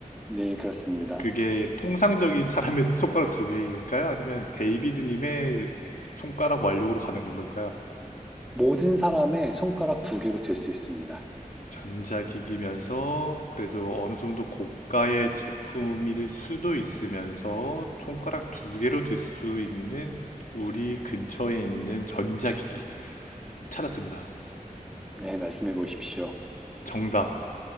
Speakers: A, in the centre; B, on the left (about 70°).
A: 네, 그렇습니다.
B: 그게 통상적인 사람의 <laughs> 손가락 두 개일까요? 아니면 데이비드 님의 손가락 완력으로 가능한 걸까요?
A: 모든 사람의 손가락 두 개로 들 수 있습니다.
B: 전자기기면서 그래도 어느 정도 고가의 제품일 수도 있으면서 손가락 두 개로 들 수 있는 우리 근처에 있는 전자기기 찾았습니다.
A: 네, 말씀해 보십시오.
B: 정답